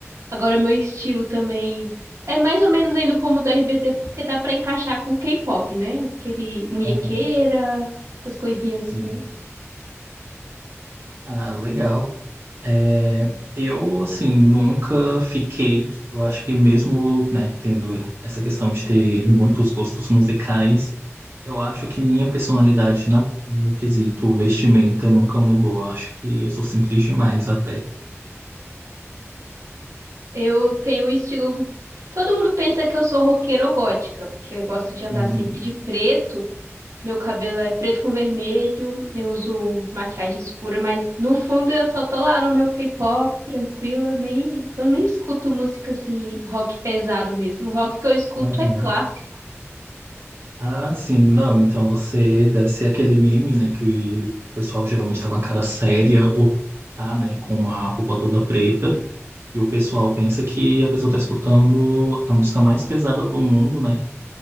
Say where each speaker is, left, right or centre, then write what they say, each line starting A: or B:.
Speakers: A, on the right; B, on the right.
A: Agora meu estilo também é mais ou menos ainda como o do RBD, porque dá pra encaixar com K-pop, né? Aquele munhequeira,
B: Aham.
A: essas coisinhas
B: Sim.
A: assim.
B: Ah, legal. É, eu, assim, nunca fiquei. Eu acho que mesmo, né, tendo essa questão de ter muitos gostos musicais, Eu acho que minha personalidade na- no quesito vestimenta nunca mudou. Eu acho que eu sou simples demais até.
A: Eu tenho um estilo. Todo mundo pensa que eu sou roqueira ou gótica, porque eu gosto de andar
B: Uhum.
A: sempre de preto. Meu cabelo é preto com vermelho, eu uso maquiagem escura, mas no fundo eu só tô lá no meu K-pop, tranquila, nem eu nem escuto música assim, rock pesado mesmo. O rock que eu escuto
B: Uhum.
A: é clássico.
B: Ah, sim, não. Então você deve ser aquele meme, né? Que o pessoal geralmente tá com a cara séria ou tá, né, com uma roupa toda preta. E o pessoal pensa que a pessoa tá escutando a música mais pesada do mundo, né?